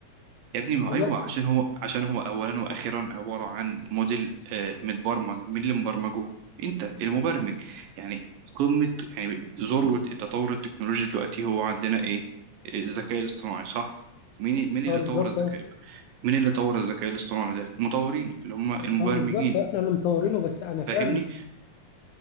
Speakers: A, on the right; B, on the left.
A: يا ابني ما
B: دلوقتي
A: هو ايوه عشان هو عشان هو اولا واخيرا عباره عن موديل آه، متبرمج مين اللي مبرمجه انت المبرمج يعني قمه يعني ذروه التطور التكنولوجي دلوقتي هو عندنا ايه الذكاء الاصطناعي صح مين مين اللي
B: اه بالظبط
A: طور الذكاء
B: اه
A: مين اللي طور الذكاء الاصطناعي ده المطورين اللي هم المبرمجين
B: اه بالظبط احنا اللي مطورينه بس انا فاهم
A: فاهمني